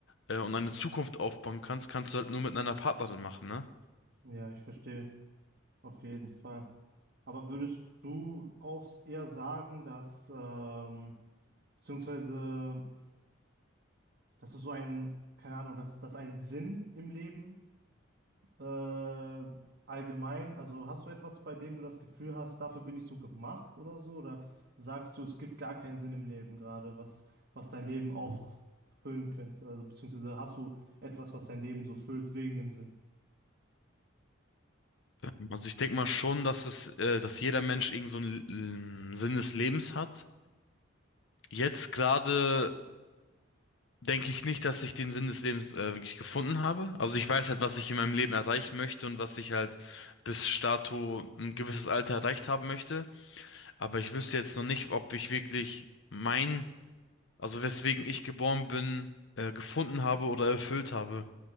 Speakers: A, on the left; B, on the right.
A: äh, und eine Zukunft aufbauen kannst, kannst du halt nur mit einer Partnerin machen, ne?
B: Ja, ich verstehe, auf jeden Fall. Aber würdest du auch eher sagen, dass, ähm, beziehungsweise, dass du so einen, keine Ahnung, dass, dass ein Sinn im Leben äh, allgemein, also hast du etwas, bei dem du das Gefühl hast, dafür bin ich so gemacht oder so? Oder sagst du, es gibt gar keinen Sinn im Leben gerade, was, was dein Leben auffüllen könnte? Also beziehungsweise hast du etwas, was dein Leben so füllt wegen dem Sinn?
A: Ähm, Also ich denke mal schon, dass es, äh, dass jeder Mensch irgend so einen ähm, Sinn des Lebens hat. Jetzt gerade denke ich nicht, dass ich den Sinn des Lebens äh, wirklich gefunden habe. Also ich weiß halt, was ich in meinem Leben erreichen möchte und was ich halt bis dato ein gewisses Alter erreicht haben möchte. Aber ich wüsste jetzt noch nicht, ob ich wirklich mein, also weswegen ich geboren bin, äh, gefunden habe oder erfüllt habe.